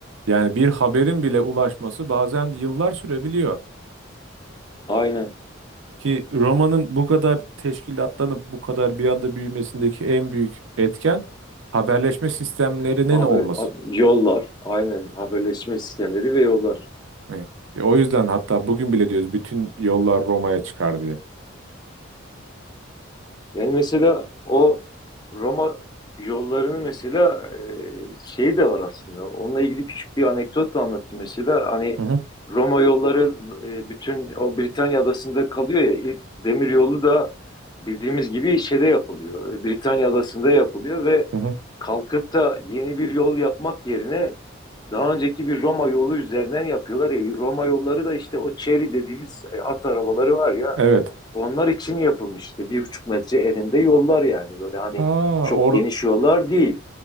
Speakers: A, on the right; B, on the left.
A: Yani bir haberin bile ulaşması bazen yıllar sürebiliyor.
B: Aynen.
A: Ki Roma'nın bu kadar teşkilatlanıp bu kadar bir anda büyümesindeki en büyük etken haberleşme sistemlerinin
B: Haber,
A: olması.
B: ha- yollar, aynen haberleşme sistemleri ve yollar.
A: Hani, e, o yüzden hatta bugün bile diyoruz bütün yollar Roma'ya çıkar diye.
B: Yani mesela o Roma yollarını mesela e, şeyi de var aslında. Onunla ilgili küçük bir anekdot da anlatayım mesela. Hani
A: Hı hı,
B: Roma yolları e, bütün o Britanya adasında kalıyor ya. İlk demir yolu da bildiğimiz gibi şeyde yapılıyor. Britanya adasında yapılıyor ve
A: hı hı.
B: kalkıp da yeni bir yol yapmak yerine daha önceki bir Roma yolu üzerinden yapıyorlar. E, Roma yolları da işte o çeri dediğimiz e, at arabaları var ya.
A: Evet.
B: Onlar için yapılmış işte bir buçuk metre eninde yollar yani böyle hani
A: Aa,
B: çok
A: or
B: geniş yollar değil.